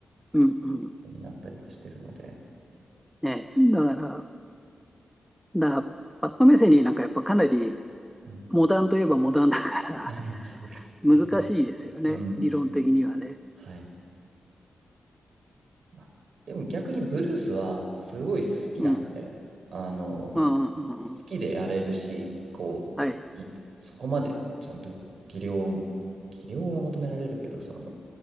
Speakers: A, in the centre; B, on the right.
A: うん、うん、
B: ふうになったりはしてるので、
A: ねだから、だからパッドメセリーなんかやっぱかなり
B: うん。
A: モダンといえばモダンだから
B: はい、そうです。
A: <laughs> 難しいですよね、
B: できない。うん。
A: 理論的にはね。
B: はい。まあでも逆にブルースはすごい好きなんで、
A: うん、
B: あの、
A: うん、うん、
B: 好きでやれるし、
A: うん
B: こう、
A: はい、
B: いそこまでちゃんと技量も、技量は求められるけど、その、